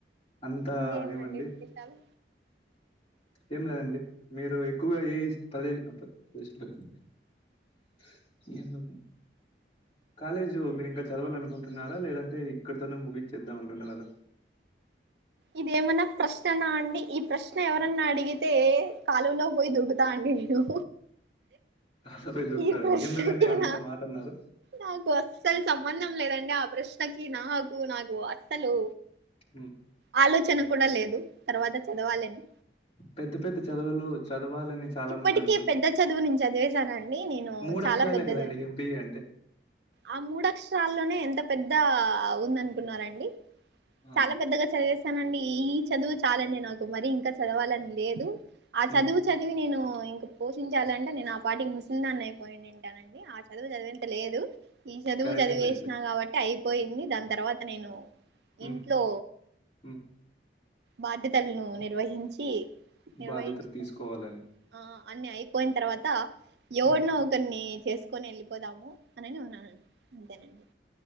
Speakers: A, on the left; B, on the right.
A: అంతా
B: ఇంకేమండి
A: ఏమండి
B: విశేషాలు
A: ఏం లేదండి మీరు ఎక్కువగా ఏ పదే <unintelligible> కాలేజు మీరు ఇంకా చదవాలనుకుంటున్నారా లేదంటే ఇక్కడతోనే ముగి చేద్దామనుకుంటన్నారా
B: ఇదేమనా ప్రశ్ననా అండి ఈ ప్రశ్న ఎవరన్నా అడిగితే కాలువ లో పోయి దూకుతా అండి నేను
A: <unintelligible> దూకుతారండి
B: ఈ ప్రశ్నకి
A: ఎందుకండి అంత
B: నా
A: మాట అన్నారు
B: నాకు అస్సలు సంబంధం లేదండి ఆ ప్రశ్నకి నాకు నాకు అస్సలు
A: ఉ
B: ఆలోచన కూడా లేదు తర్వాత చదవాలని
A: పెద్ద పెద్ద చదువులు చదవాలని చాలా
B: ఇప్పటికే
A: మంది అనుకుంట
B: పెద్ద చదువు నేన్ చదివేశానండి నేను
A: మూడు
B: చాలా
A: అక్షరాలే
B: పెద్దది
A: కదండి ఎంబీఏ అంటే
B: ఆ మూడక్షరాల్లోనే ఎంత పెద్ద వుందనుకున్నారండి
A: ఆ
B: చాలా పెద్దగా చది తానండి ఈ చదువు చాలండి నాకు, మరి ఇంకా చదవాలని లేదు, ఆ చదువు
A: ఉమ్
B: చదు నేను ఇంకా పోషించాలంటే నేను ఆ పాటికి ముసలి దాన్ని అయిపోయిండిని. టానండి ఆ చదువు చదివేంత లేదు, ఈ చదువు
A: కరెక్టే
B: చదివేసిన
A: లేండి
B: కాబట్టి అయి పోయింది దాని తర్వాత నేను
A: ఉమ్
B: ఇంట్లో
A: ఉమ్
B: బాధ్యతలను నిర్వహించి నిర్వహించుకొని
A: బాధ్యతలు తీసుకోవాలని
B: ఆ అన్ని అయిపోయిన తర్వాత, ఎవడినో
A: ఉమ్
B: ఒకడ్ని చేసుకొని వెళ్ళిపోదాము. అనేనే ఉన్నానండి అంతేనండి.